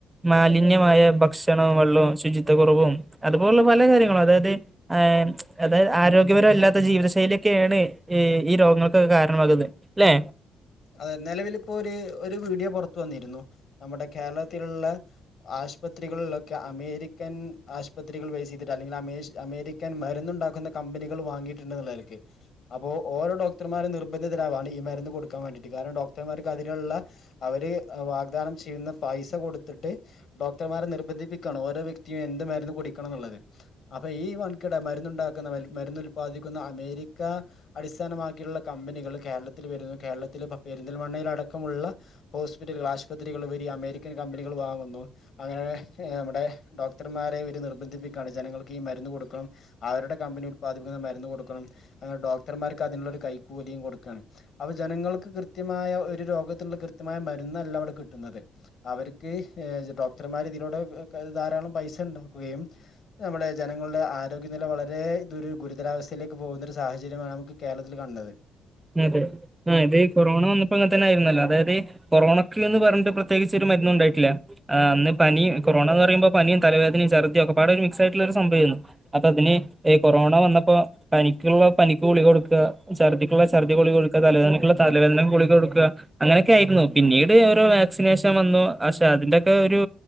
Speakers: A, on the right (about 15°); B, on the left (about 60°).
A: മാലിന്യ ന്മാമായ ഭക്ഷണങ്ങളിലും ശുചി കുറവും അതുപോലുള്ള പല കാര്യങ്ങളും അതായത് ആഹ് അതായത് ആരോഗ്യപരല്ലാത്ത ജീവിതശൈലി ഒക്കെയാണ് ഈ രോഗങ്ങൾക്കൊക്കെ കാരണമാകുന്നെ അല്ലെ
B: അതെ നിലവിൽ ഇപ്പോ ഒരു ഒരു വീഡിയോ പുറത്തു വന്നിരുന്നു നമ്മുടെ കേരളത്തിലുള്ള ആശുപത്രികളിലൊക്കെ അമേരിക്കൻ ആശുപത്രികൾ വെയ്സ്ചെയ്തിട്ട് അല്ലെങ്കിൽമരുന്ന് അമേഷ് അമേരിക്കൻ മരുന്നുണ്ടാക്കുന്ന കമ്പനികൾ വാങ്ങിയിട്ട് ഇണ്ട് എന്നുള്ള നിലക്ക് അപ്പൊ ഓരോ ഡോക്ടർമാരും നിർബന്ധിതരാവാണ് ഈ മരുന്ന് കൊടുക്ക ക്കാൻ വേണ്ടിയിട്ട് കാരണം ഡോക്ടർമാർക്ക് അതിനുള്ള അവര് വാഗ്ദാനം ചെയ്യുന്ന പൈസ കൊടുത്തിട്ട് ഡോക്ടർമാരെ നിർബന്ധിപ്പിക്കണം ഓരോ വെ- യും എന്ത് മരുന്നു കുടിക്കണം എന്നുള്ളത് അപ്പൊ ഈ വൻകിട മരുന്നുണ്ടാക്കുന്ന മരുന്ന് ഉൽപാദിക്കുന്ന അമേരിക്ക അടിസ്ഥാനമാക്കിയുള്ള കമ്പനികൾ കേരളത്തിൽ വരുന്ന- കേരളത്തിൽ ഇപ്പോ പെരിന്തൽമണ്ണയിലടക്കമുള്ള ഹോസ്പിറ്റലുകൾ ആശുപത്രികൾ ഉപരി അമേരിക്കൻ കമ്പനികൾ വാങ്ങുന്നു അങ്ങനെ- നമ്മുടെ ഡോക്ടർമാരെ- നിർബന്ധിപ്പിക്കാണ് ജനങ്ങൾക്ക് ഈ മരുന്ന് കൊടുക്കണം അവരുടെ കമ്പനി ഉൽപാദിപ്പിക്കുന്ന മരുന്ന് കൊടുക്കണം ണം അങ്ങനെ ഡോക്ടർമാർക്ക് അതിനുള്ളൊരു കൈക്കൂലിയും കൊടുക്കാണ് അപ്പോ ജനങ്ങൾക്ക് കൃത്യമായ ഒരു രോഗത്തിൻ കൃത്യമായ മരുന്നല്ല ഇവിടെ കിട്ടുന്നത് അവർക്ക് ഏജ- ഡോക്ടർമാർ ഇതിലൂടെ ധാരാളം പൈസ ഉണ്ടാക്കുകയും നമ്മുടെ ജനങ്ങളുടെ ആരോഗ്യനില വളരെ ദുരു ഗുരുതരാവസ്ഥയിലേക്ക് പോകുന്ന ഒരു സാഹചര്യമാണ് നമുക്ക് കേരളത്തില് കണ്ടത്
A: അതെ അതെ കൊറോണ വന്നപ്പോ അങ്ങനെ തന്നെ ആയിരുന്നല്ലോ അതായത് കൊറോണക്ക് എന്ന് പറഞ്ഞിട്ട് പ്രത്യേകിച്ച് ഒരു മരുന്ന് ഉണ്ടായിട്ടില്ല അന്ന് പനി കൊറോണ എന്ന് പറയുമ്പോ പനിയും തലവേദനയും ഛർദിയും ഒക്കപാടെ ഒരു മിക്സ് ആയിട്ടുള്ള ഒരു സംഭവമായിരുന്നു അപ്പ അതിന് കൊറോണ വന്നപ്പോ പനിക്കുള്ള പനിക്ക് ഗുളിക കൊടുക്കുക ഛർദി ഛർദിക്ക് ഗുളിക തലവേദനക്കുള്ള തലവേദന ഗുളിക കൊടുക്കുക അങ്ങനെയൊക്കെ ആയിരുന്നു പിന്നീട് ഓരോ വാക്സിനേഷൻ വന്നു പക്ഷെ അതിന്റെക്കെ ഒരു